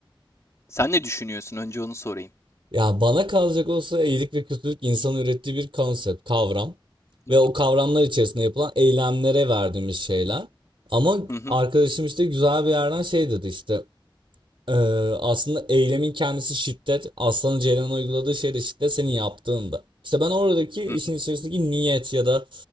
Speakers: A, on the left (about 35°); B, on the right (about 70°).
A: Sen ne düşünüyorsun? Önce onu sorayım.
B: Ya bana kalacak olsa iyilik ve kötülük insanın ürettiği bir konsept, kavram
A: Hı
B: ve
A: hı.
B: o kavramlar içerisinde yapılan eylemlere verdiğimiz şeyler. Ama
A: Hı hı,
B: arkadaşım işte güzel bir yerden şey dedi işte Ee, aslında eylemin kendisi şiddet. Aslan'ın Ceylan'a uyguladığı şey de şiddet senin yaptığında. İşte ben oradaki işin
A: hı hı.
B: içerisindeki niyet ya da